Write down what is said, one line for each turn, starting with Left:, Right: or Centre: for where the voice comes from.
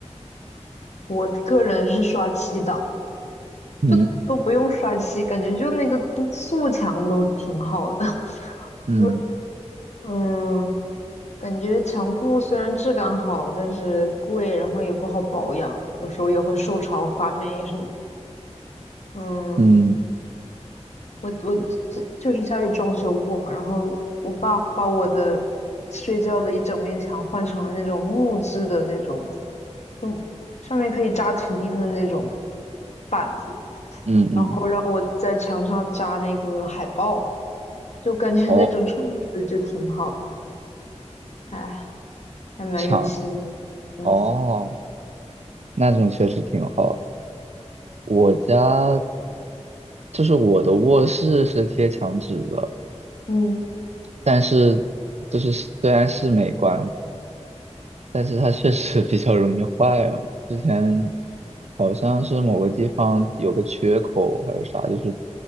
Left: 我个人是刷漆的，
Right: 嗯
Left: 就都不用刷漆，感觉就那个素墙都挺好的。<laughs>
Right: 嗯
Left: 不是，嗯，感觉墙布虽然质感好，但是贵，然后也不好保养，有时候也会受潮发霉什么的。嗯，
Right: 嗯
Left: 我我就就是家里装修过嘛，然后我爸把我的睡觉的一整面墙换成了那种木质的那种，就上面可以扎图钉的那种板子。
Right: 嗯嗯，
Left: 然后让我在墙上扎那个海报，就感觉那种创意的就挺好的，
Right: 哦，
Left: 哎，还蛮有心的，
Right: 墙
Left: 嗯
Right: 哦，那种确实挺好。我家就是我的卧室是贴墙纸的，
Left: 嗯嗯
Right: 但是就是虽然是美观，但是它确实 <laughs> 比较容易坏啊。之前好像是某个地方有个缺口还是啥，就是